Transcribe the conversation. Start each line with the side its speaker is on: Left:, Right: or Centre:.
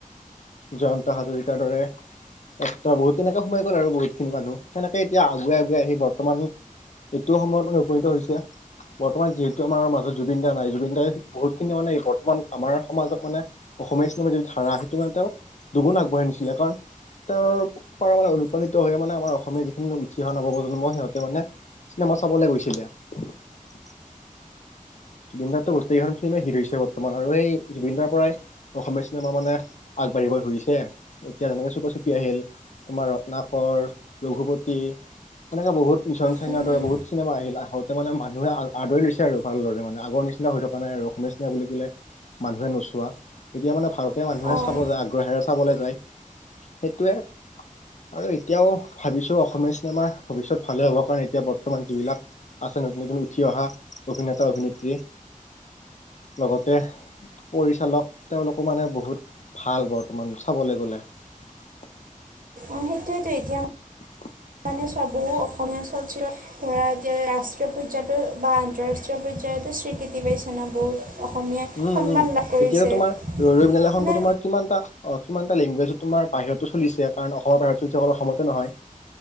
Left: জয়ন্ত হাজৰিকাৰৰ দৰে <unintelligible> বহুত তেনেকে সোমাই গ'ল আৰু বহুত খিনি মানুহ। সেনেকে এতিয়া আগুৱাই আগুৱাই আহি বৰ্তমান এইটো সময়ত মানে উপনীত হৈছে। বৰ্তমান যিহেতু আমাৰ মাজত জুবিন দা নাই। জুবিন দাই বহুত খিনি মানে বৰ্তমান আমাৰ সমাজত মানে অসমীয়া চিনেমা যিটো ধাৰা সেইটো মানে তেওঁ দুুগুণ আগবঢ়াই নিছিলে কাৰণ তাৰ পৰা মানে অনুপ্ৰাণিত হৈ মানে আমাৰ অসমীয়া যিখিনি উঠি অহা নৱপ্ৰজন্ম, সিহঁতে মানে চিনেমা চাবলে গৈছিলে। <unintelligible> গোটেই কেইখন ফিল্মে হিট হৈছে বৰ্তমান আৰু সেই জুবিন দাৰ পৰাই অসমীয়া চিনেমা মানে আগবাঢ়িবলে ধৰি <unintelligible> এতিয়া যেনেকে চুপা চুপি আহিল। তোমাৰ ৰত্নাকৰ, ৰঘুপতি সেনেকে বহুত মিছন চাইনাৰ
Right: উম,
Left: দৰে বহুত চিনেমা আহিল। আহোতে মানে মানুহে আহ আদৰি লৈছে আৰু ভালদৰে। মানে আগৰ নিচিনা নিচিনা হৈ থকা নাই আৰু অসমীয়া চিনিমা বুলি কলে মানুহে নোচোৱা। তেতিয়া মানে ভালকে মানুহে
Right: অঁ
Left: চাব যায় আগ্ৰহেৰে চাবলৈ যায়। সেইটোৱে। আৰু এতিয়াও ভাবিছো অসমীয়া চিনেমাৰ ভৱিষ্যত ভালে হ'ব। কাৰণ এতিয়া বৰ্তমান যিবিলাক আছে নতুন -নতুন উঠি অহা অভিনেতা- অভিনেত্ৰী। লগতে পৰিচালক, তেওঁলোকো মানে বহুত ভাল বৰ্তমান চাবলে গ'লে। <unintelligible>
Right: অহ, সেইটোৱেতো এতিয়া
Left: <inaudible>
Right: মানে চবোহো অসমীয়া চলচিত্ৰ ধৰা এতিয়া ৰাষ্ট্ৰীয় পৰ্যাতো বা আন্তঃৰাষ্ট্ৰীয় পৰ্যায়তো শ্ৰীকৃতি পাইছে না বহুত। অসমীয়াই
Left: উম
Right: সন্মান
Left: -উম
Right: লাভ কৰিছে
Left: এতিয়া তোমাৰ ৰৈ ৰৈ বিনালে খনতো
Right: মানে
Left: তোমাৰ কিমানটা অহ, কিমানটা লেংগুৱেজ তোমাৰ বাহিৰতো চলিছে কাৰণ অসমৰ বাহিৰটো চলিছে অকল অসমতে নহয়